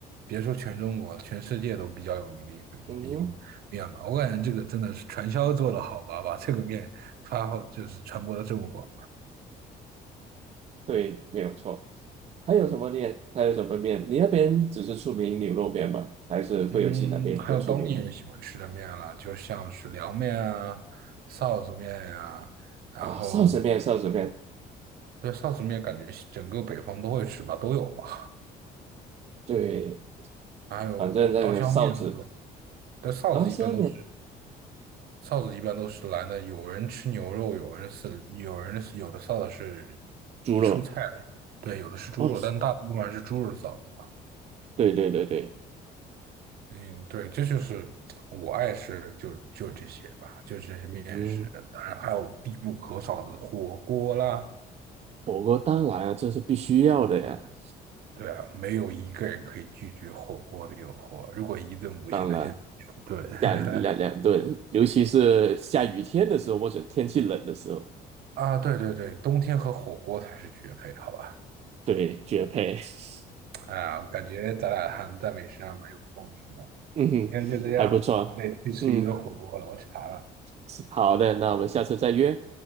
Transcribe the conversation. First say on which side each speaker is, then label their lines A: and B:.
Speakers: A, on the right; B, on the right.
A: 别说全中国，全世界都比较有名的一个一个一个面吧。
B: 嗯，
A: 我感觉这个真的是传销做的好吧，把这个面发好就是传播的这么广。
B: 对，没有错。还有什么面？还有什么面？你那边只是出名牛肉面吗？还是会有其他面比较出名？
A: 嗯，还有当地人喜欢吃的面啦，就像是凉面啊、臊子面呀、然后
B: 啊，臊子面，臊子面，
A: 对臊子面感觉整个北方都会吃吧，都有吧。
B: 对，
A: 还有刀削面，
B: 反正那个臊子，
A: 对吧？但臊子一般都是
B: 刀削面，
A: 臊子一般都是蓝的，有人吃牛肉，有人是有人是有的臊子是
B: 猪肉，
A: 蔬菜，对，有的是猪肉，
B: 哦，
A: 但大部分还是猪肉臊子吧。
B: 对对对对，
A: 嗯，对，这就是我爱吃就就这些吧，就这些面食，
B: 嗯，
A: 当然还有必不可少的火锅啦。
B: 火锅当然啊，这是必须要的呀。
A: 对啊，没有一个人可以拒绝火锅的诱惑。如果一顿不行，
B: 当然。
A: 那就两顿。<laughs>
B: 两两两顿，尤其是下雨天的时候或者天气冷的时候，
A: 啊，对对对，冬天和火锅才是绝配，好吧？
B: 对，绝配。<laughs>
A: 哎呀，感觉咱俩还在美食上蛮有共识的。
B: 嗯哼，
A: 今天就这样，
B: 还不错。
A: 我得去吃一顿火锅了，
B: 嗯，
A: 我馋了。
B: 是好的，那我们下次再约，